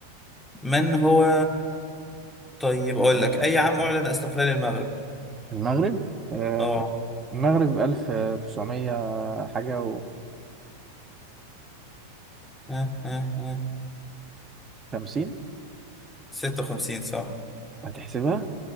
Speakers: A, in the centre; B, on the right (about 20°).
A: من هو طيب أقول لك أي عام أعلن استقلال المغرب؟
B: المغرب آه
A: أه
B: المغرب ألف تسعمية حاجة
A: آه، آه، آه.
B: وخمسين
A: 56 صح
B: هتحسبها